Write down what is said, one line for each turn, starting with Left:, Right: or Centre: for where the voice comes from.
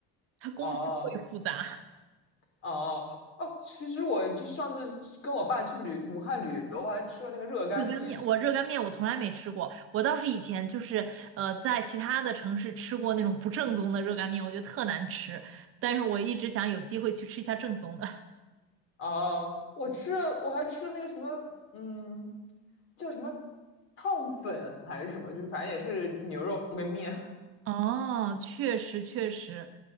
Right: 它工序过于复杂。
Left: 哦
Right: <laughs>
Left: 哦哦，其实我就是上次跟我爸去旅武汉旅游，我还吃了那个热干面。
Right: 热干面，我热干面我从来没吃过，我倒是以前就是呃在其他的城市吃过那种不正宗的热干面，我觉得特难吃，但是我一直想有机会去吃一下正宗的。
Left: 哦，我吃了，我还吃了那个什么，嗯，叫什么烫粉还是什么，就反正也是牛肉跟面。
Right: 哦，确实确实，